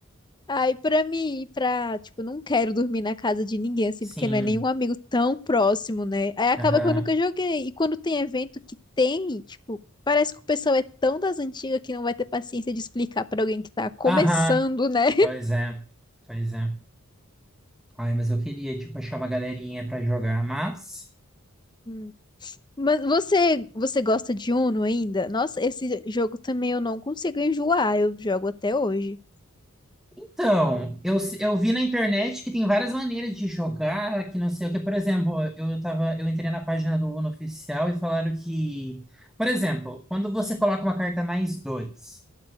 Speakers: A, on the left (about 20°); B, in the centre.
A: Aí pra mim ir pra, tipo, não quero dormir na casa de ninguém assim,
B: Sim.
A: porque não é nenhum amigo tão próximo, né? Aí acaba
B: Aham.
A: que eu nunca joguei. E quando tem evento que tem, tipo, parece que o pessoal é tão das antigas que não vai ter paciência de explicar pra alguém que tá começando,
B: Aham.
A: né?
B: Pois é. Pois é. Ai, mas eu queria, tipo, achar uma galerinha pra jogar, mas...
A: <laughs> Mas você, você gosta de Uno ainda? Nossa, esse jogo também eu não consigo enjoar, eu jogo até hoje.
B: Então, eu, s- eu vi na internet que tem várias maneiras de jogar, que não sei o que. Por exemplo, eu tava, eu entrei na página do Uno oficial e falaram que... Por exemplo, quando você coloca uma carta mais dois,